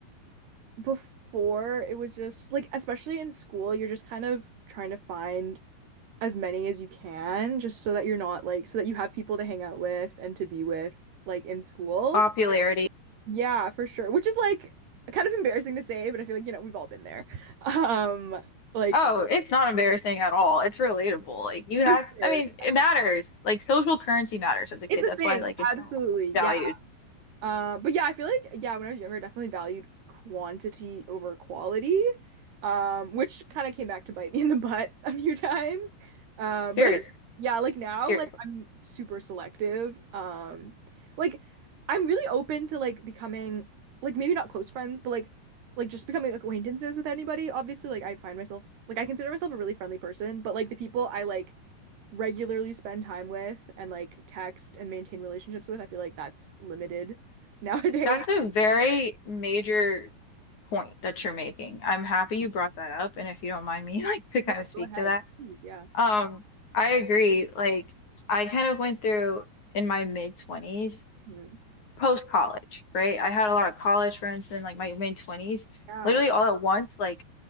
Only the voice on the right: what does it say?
before it was just like, especially in school, you're just kind of trying to find as many as you can just so that you're not like, so that you have people to hang out with and to be with like in school.
Yeah, for sure. Which is like kind of embarrassing to say, but I feel like, you know, we've all been there. <laughs> Um, like
for sure.
Yeah.
It's a
thing.
Absolutely. Yeah.
Uh, but yeah, I feel like yeah, when I was younger, I definitely valued quantity over quality, um, which kind of came back to bite me <laughs> in the butt a few times. Um,
but I, yeah, like now,
like I'm super selective. Um, like I'm really open to like becoming like maybe not close friends, but like like just becoming like, acquaintances with anybody. Obviously, like I find myself like I consider myself a really friendly person, but like the people I like regularly spend time with and like text and maintain relationships with, I feel like that's limited <laughs> Nowadays,
no,
go ahead.
Please, yeah.
Hmm.
Yeah,